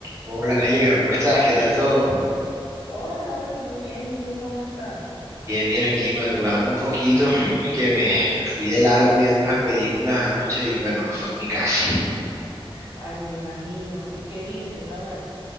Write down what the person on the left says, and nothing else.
Hola, hola, muy bien. ¿Y tú cómo estás?
Ay, me imagino. ¿Y qué vistes? A ver,